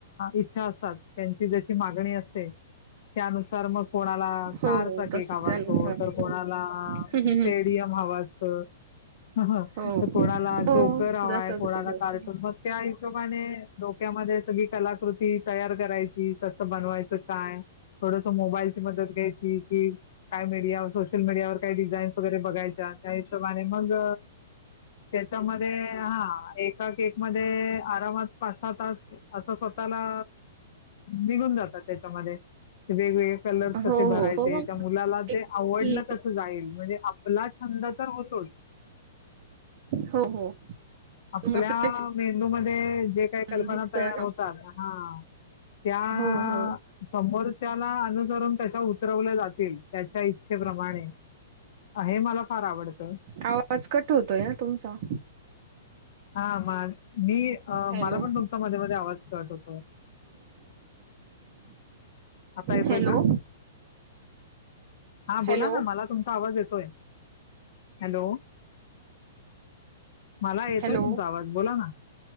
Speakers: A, on the left; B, on the right.
A: इच्छा असतात. त्यांची जशी मागणी असते- त्यानुसार मग- कोणाला
B: हो
A: कारचा केक
B: तस
A: हवा
B: त्यानुसार
A: असतो, तर कोणाला
B: हम्म, हम्म,
A: स्टेडियम
B: हम्म.
A: हव असतं. ह ह.
B: हो
A: त कोणाला
B: हो
A: जोकर हवाय,
B: जस जस
A: कोणाला
B: जस
A: कार्टुन,
B: जस
A: मग त्या हिशोबाने डोक्या मध्ये सगळी कलाकृती तयार करायची, कसं बनवायचं काय? थोडसं मोबाईलची मदत घ्यायची कि काय मीडिया- सोशल मीडियावर काही डिझाईनस वगैरे बघायच्या त्या हिशोबाने मग- त्याच्यामध्ये हा. एका केकमध्ये आरामात पाच सहा तास असं- स्वःला निघून जातात त्याच्यामध्ये वेगवेगळे कलर कसे
B: हो
A: भराय
B: हो हो
A: चे
B: मग
A: त्या मुलाला
B: एक
A: ते आवडलं
B: की
A: कस जाईल? म्हणजे आपला छंद तर होतोच-
B: हो हो. मग
A: आपल्या
B: आपल्याला
A: मेंदूमध्ये जे काही
B: छान
A: कल्पना
B: दिसत
A: तयार
B: ना
A: होतात. हा. त्या-
B: हो हो
A: समोरच्याला अनुसरुण कशा उ उतरवल्या जातील त्याच्या इच्छेप्रमाणे, हे मला फार आवडतं.
B: आवाज कट होतोय हं तुमचा.
A: हा म मी
B: हॅलो
A: मला पण तुमचा मध्ये मध्ये आवाज कट होतो. आता येतोय
B: हॅलो
A: का? हा बोला
B: हॅलो
A: ना. मला तुमचा आवाज ये होय, हॅलो! मला ये
B: हॅलो
A: येतोय तुमचा आवाज बोला ना,